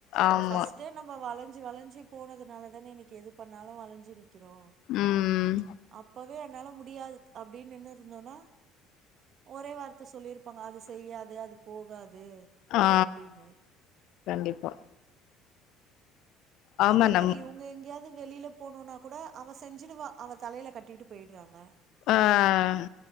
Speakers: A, on the left; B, on the right.
A: ஆமா
B: எவ ஃபர்ஸ்ட் டைம் நம்ப வளஞ்சு சி வளஞ்சி போனதுனால தானே இன்னிக்கி எது பண்ணாலு வளஞ்சி நிக் கிறோ
A: ம்
B: அப்பவே என்னால முடியாது அப்டின் நின்னு இருந்தோனா ஒரே வார்த்த சொல்லிருப்பாங்க. அது செய்யாது, அது போகா து
A: ஆ
B: அப்டின்னு
A: கண்டிப்பா ஆமா
B: அதே மாரி
A: நம்
B: இவ்ங்க எங்கியாவ்து வெளியில போனும்னா கூட அவ செஞ்சு அவ தலையில கட்டிட்டு போய்டுறாங்க
A: ஆஹ்